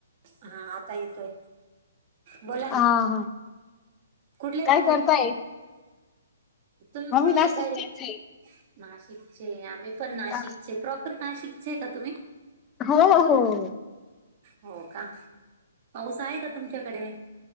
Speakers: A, on the right; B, on the left.
A: हा आता येतोय. बोला ना.
B: हा हा
A: कुठले
B: काय
A: तुम्ही
B: करतायं?
A: तुम्ही कुठल्या
B: नाशिकचेच
A: ताई? नाशिकचे आम्ही पण नाशिकचे
B: आहे
A: प्रॉपर नाशिकचे का तुम्ही?
B: हो हो.
A: हो का पाऊस आहे का तुमच्याकडे?